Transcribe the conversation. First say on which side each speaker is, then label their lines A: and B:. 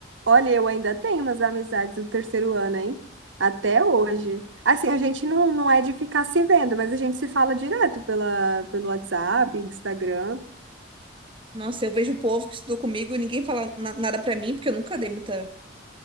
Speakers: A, on the right; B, on the right.
A: Olha, eu ainda tenho umas amizades do terceiro ano, hein? Até hoje. Assim, a gente não, não é de ficar se vendo, mas a gente se fala direto pela, pelo WhatsApp, Instagram,
B: Nossa, eu vejo o povo que estudou comigo e ninguém fala na- nada pra mim, porque eu nunca dei muita,